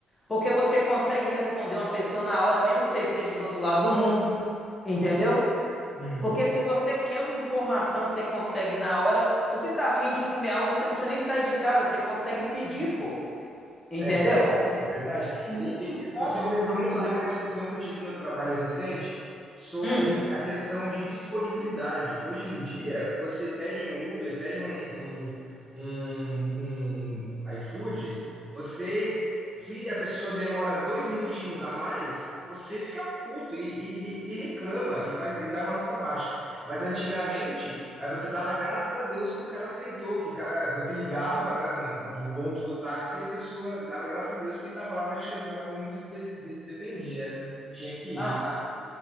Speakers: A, on the left (about 25°); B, in the centre.
A: porque você consegue responder uma pessoa na hora, mesmo que você esteja do outro lado do mundo, entendeu?
B: uhum.
A: Porque se você quer uma informação, você consegue na hora. Se você tá afim de comer algo, você não precisa nem sair de casa, você consegue pedir, pô. Entendeu?
B: É verdade, é verdade. E-
A: Muito
B: e- e
A: cômodo
B: você me lembrou
A: você
B: muito
A: comparar.
B: bem uma discussão que eu tive no trabalho recente sobre
A: Hum.
B: a questão de disponibilidade. Hoje em dia, você pede um Uber, pede um, um, um, um iFood, você, se a pessoa demora dois minutinhos a mais, você fica puto e, e- e- e reclama e faz e dá uma nota baixa. Mas antigamente, aí você dava graças a Deus que o cara aceitou, que o cara, você ligava lá no, no ponto do táxi e a pessoa dava graças a Deus que ele estava lá para te levar para onde você de- de- dependia, né? Tinha que ir.
A: aham.